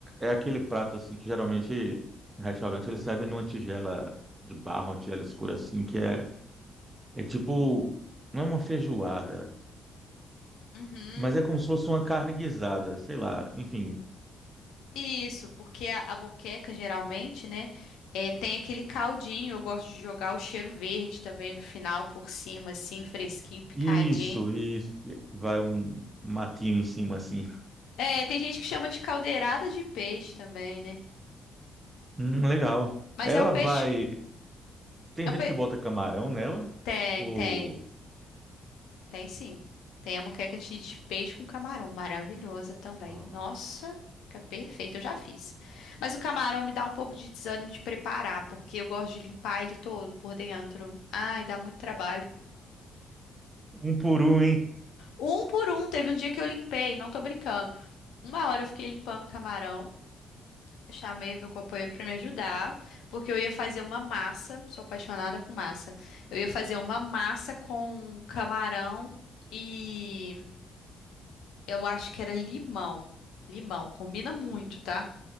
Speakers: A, on the right; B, on the left.
A: é aquele prato assim que geralmente em restaurante eles servem numa tigela de barro, uma tigela escura assim, que é, é tipo, não é uma feijoada,
B: Uhum.
A: mas é como se fosse uma carne guisada, sei lá, enfim.
B: Isso, porque a, a moqueca geralmente, né, é, tem aquele caldinho. Eu gosto de jogar o cheiro verde também no final, por cima, assim, fresquinho, Hum, picadinho.
A: Isso, isso. que Vai um matinho em cima assim.
B: É, tem gente que chama de caldeirada de peixe também, né?
A: Hum, legal.
B: Mas
A: Ela
B: é um peixe.
A: vai. Tem
B: É
A: gente
B: um pe...
A: que bota camarão nela?
B: Tem,
A: Ou.
B: tem. Tem sim. Tem a moqueca de, de peixe com camarão, maravilhosa também.
A: Ah,
B: Nossa, fica perfeito, eu já fiz. Mas o camarão me dá um pouco de desânimo de preparar, porque eu gosto de limpar ele todo por dentro. Ai, dá muito trabalho.
A: Um por um, hein?
B: Um por um, teve um dia que eu limpei, não tô brincando. Uma hora eu fiquei limpando o camarão. Chamei meu companheiro para me ajudar, porque eu ia fazer uma massa. Sou apaixonada com massa. Eu ia fazer uma massa com camarão e Eu acho que era limão. Limão, combina muito, tá?